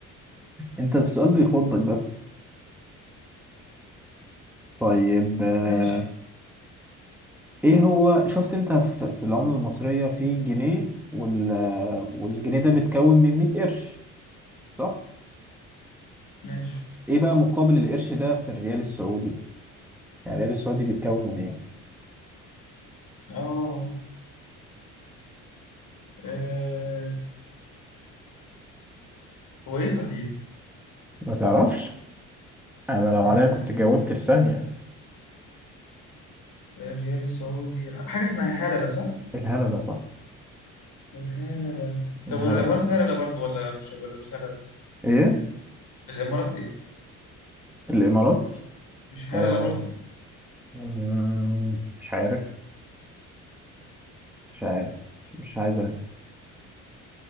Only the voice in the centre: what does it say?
انت السؤال بيخضك بس طيب آه،
ايه هو شفت انت ف- في العملة المصرية في جنيه وال... والجنيه ده متكون من 100 قرش صح؟
ايه بقى مقابل القرش ده في الريال السعودي؟ يعني الريال السعودي بيتكون من ايه؟
ما تعرفش انا لو
عليا
كنت جاوبت في ثانية
الهلا ده صح
الهلا
ايه
الامارات
آه.
مم، مش عارف مش عارف مش عايز أهبد.